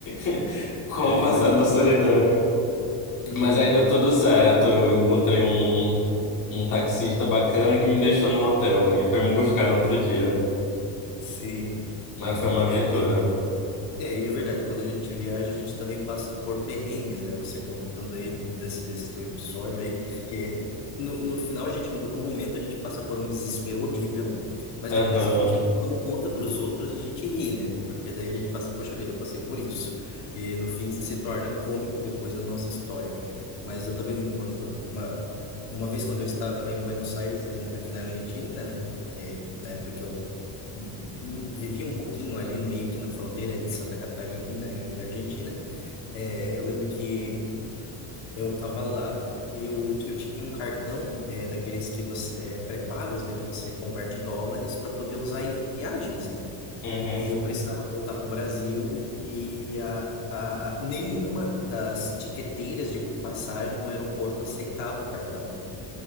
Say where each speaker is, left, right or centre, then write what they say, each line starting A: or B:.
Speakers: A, on the left (about 40°); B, on the left (about 65°).
A: <laughs> como
B: É,
A: passar
B: imagino,
A: no Suriname.
B: cara. Uhum.
A: Mas aí deu tudo certo. Eu encontrei um, um taxista bacana que me deixou no hotel e foi me buscar no outro dia.
B: Sim.
A: Mas foi uma aventura.
B: É, vi- é, e é verdade, quando a gente viaja, a gente também passa por perrengues, né? Você contando aí desse, desse teu episódio aí, que, que no, no final a gente, no momento a gente passa por um desespero horrível, mas
A: Aham.
B: depois a gente, quando conta para os outros, a gente ri, né? Porque daí a gente passa, poxa vida, eu passei por isso. E no fim se torna cômico depois da nossa história. Mas eu também, quando uma, Uma vez quando eu estava em Buenos Aires, ali na- aqui na Argentina, né, que é na época que eu hum, hum, vivi um pouquinho ali meio que na fronteira de Santa Catarina e Argentina, é, eu lembro que eu estava lá e eu, eu tinha um cartão é, daqueles que você é, pré-pagos, né, que você converte dólares para poder usar em viagens, né?
A: Uhum.
B: E eu precisava voltar para o Brasil e a, a, a, nenhuma das tiqueteiras de passagem no aeroporto aceitava o cartão.